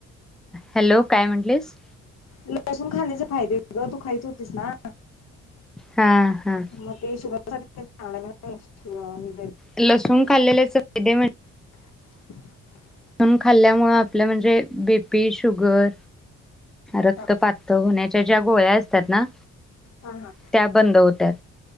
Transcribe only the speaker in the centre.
हॅलो काय म्हंटलीस
हा हा
लसूण खाल्लेल्या च फायदे म्हण
लसूण खाल्ल्यामुळें आपल्या म्हणजे बीपी शुगर रक्तपातळ
होण्याच्या ज्या गोळ्या असतात ना
त्या बंद होत्यात.